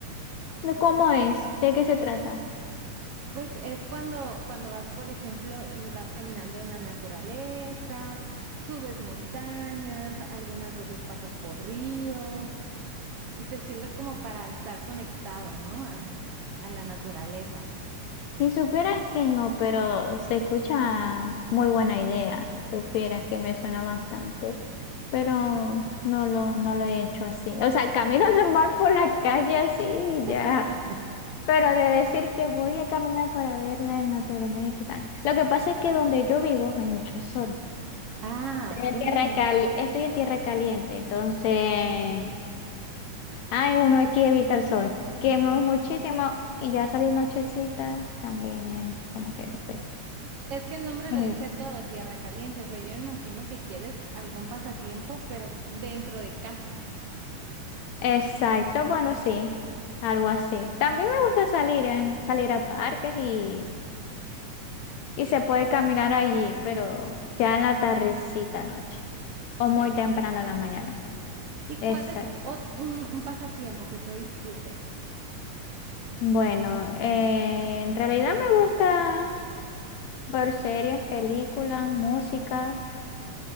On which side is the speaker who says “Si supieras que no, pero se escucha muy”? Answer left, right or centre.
Left